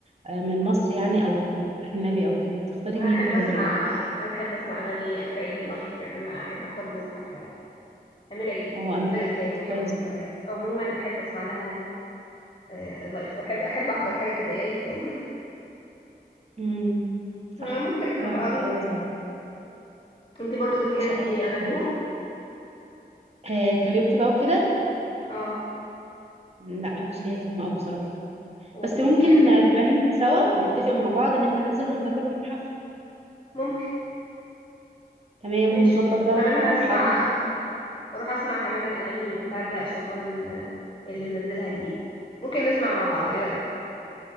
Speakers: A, on the right; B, on the left.
A: آه، من مصر يعني او اجنبي او كده تختاري
B: احب
A: مين تحضري
B: اسمع احب اسمع اغاني امير عيد لايف يعني انا احب احضر له حفله ولا حاجه امير عيد
A: له او امير
B: فرقه
A: عيد
B: كايروكي
A: كويس
B: عم...
A: برضه
B: آه، عموما احب اسمع لها آه، لايف احب احب احضر حاجه كده يا ريت والله
A: امم
B: <laughs>
A: صح
B: آه، ممكن
A: هو
B: ابقى
A: حلو
B: اروح
A: قوي بصراحة
B: انت برضو بتحبي
A: ان شاء الله
B: اغانيهم
A: تختاري. آه كاريوكي بقى وكده
B: اه
A: لا مش ليا فيهم قوي بصراحة
B: و-
A: بس ممكن
B: وميام
A: آه، نبقى ننزل سوا نتفق مع بعض ان احنا ننزل نحضر لهم حفلة
B: ممكن
A: تمام
B: ماشي
A: ونظبط
B: وكمان
A: بقى ونبعت
B: هسمع
A: صحابنا
B: اروح اسمع كمان الاغاني بتاعت بهاء سلطان آه، اللي منزلها جديد ممكن نسمع مع بعض ايه رايك